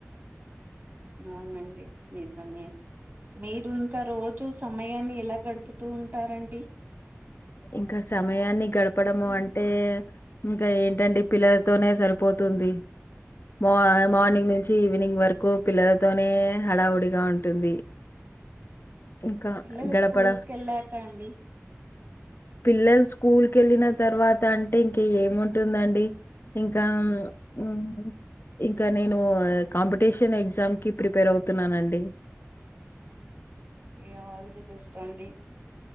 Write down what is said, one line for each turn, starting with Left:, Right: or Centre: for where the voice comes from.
Right: అవునండి నిజమే మీ ఇంకా రోజూ సమయాన్ని ఎలా గడుపుతూ ఉంటారండి
Left: ఇంకా సమయాన్ని గడపడము అంటే ఇంకా ఏంటండి పిల్లలతోనే సరిపోతు తుంది మా మార్నింగ్ నుంచి ఈవినింగ్ వరకు పిల్లలతోనే హడావుడిగా ఉంటుంది ఇంకా
Right: పిల్లలు
Left: గడపడ
Right: స్కూల్స్ కి వెళ్ళాక అండి
Left: పిల్లలుసు కూల్ కేళ్ళిన తర్వాత అంటే ఇంక ఏముంటుందండి ఇంకా ఉ ఇంకా నేను కాంపిటీషన్ ఎగ్జామ్ కి ప్రిపేర్ అవుతున్నానండి
Right: ఏ ఆల్ ది బెస్ట్ అండి